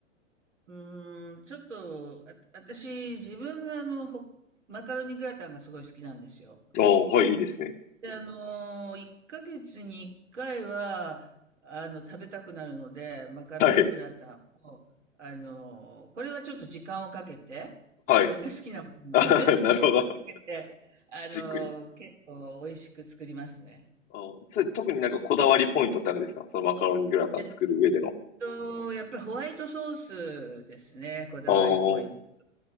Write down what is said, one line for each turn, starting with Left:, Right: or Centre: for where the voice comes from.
Right: うーん、ちょっと、あ、私、自分があの、ほマカロニグラタンがすごい好きなんですよ。
Left: おーはい、いいですね。
Right: で、あの、1ヶ月に1回は、あの、食べたくなるので、マカロニグラタンを、
Left: はい、
Right: あの、これはちょっと時間をかけて、
Left: はい。
Right: 自分が好きなものなので、
Left: <laughs> あははなるほど。
Right: <laughs> 時間をかけて、あの、
Left: じっくり。
Right: 結構美味しく作りますね。
Left: あー、それ、特になんかこだわりポイントってあるんですかそのマカロニグラタン作る上での。
Right: えっと、やっぱりホワイトソースですね、こだわりポイント。
Left: ああ、